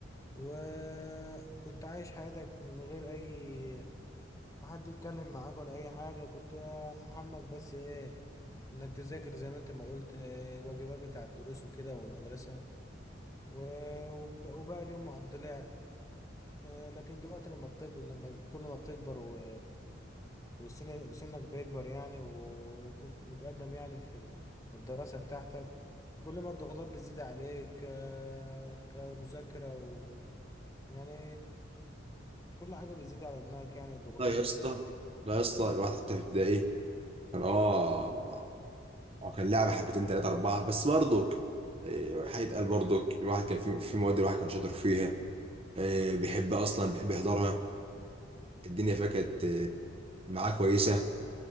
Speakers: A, on the left; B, on the right.
A: وكنت عايش حياتك من غير اي ما حد يتكلم معاك ولا اي حاجه كنت همك بس ايه انك تذاكر زي ما انت ما قلت آه، الواجبات بتاع الدروس وكده والمدرسه و- وب- وباقي اليوم مقضي لعب آه، لكن دلوقتي لما بتج... لما كل ما بتكبر و... وسن سنك بيكبر يعني وبتت- وبتقدم يعني في في الدراسة بتاعتك كل ما الضغوطات بتزيد عليك ك... كمذاكرة و... يعني كل حاجة بتزيد على دماغك يعني الضغوطات
B: لا
A: بتزيد
B: يا اسطى
A: وكده
B: لا يا اسطى الواحد حتى في ابتدائي كان اه اه كان لعبه حبتين ثلاثه اربعه بس برضك إيه، حاجه قال برضك الواحد كان في في مواد الواحد كان شاطر فيها إيه، بيحبها اصلا بيحب يحضرها الدنيا فيها كانت آه، معاه كويسه